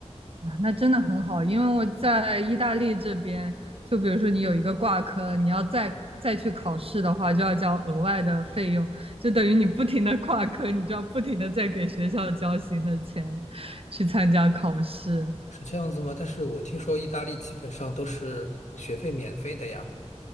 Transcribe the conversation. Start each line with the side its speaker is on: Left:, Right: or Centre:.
Right: 哇，那真的很好，因为我在意大利这边，就比如说你有一个挂科，你要再再去考试的话，就要交额外的费用，就等于你不停的挂科，你就要不停的在给学校交新的钱去参加考试。
Left: 是这样子吗？但是我听说意大利基本上都是学费免费的呀。